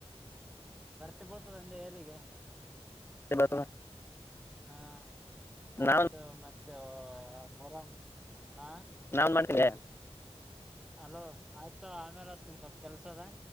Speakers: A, in the centre; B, on the left.
A: ಬರ್ತಿ ಬಡ್ತದ ಅಂದೆ ಯಾರಿಗೆ.
B: ಬರ್ತ
A: ಹಾ ಆಯ್ತು
B: ನಾವ್
A: ಮತ್ತೆ ಮೊರಂ. ಹ
B: ನಾನ್ ಮಾಡ್ತೆ
A: ಅಲೋ ಆಯ್ತೋ ಆಮೇಲೆಸ್ತನ್ ಸ್ವಲ್ಪ ಕೆಲ್ಸದ.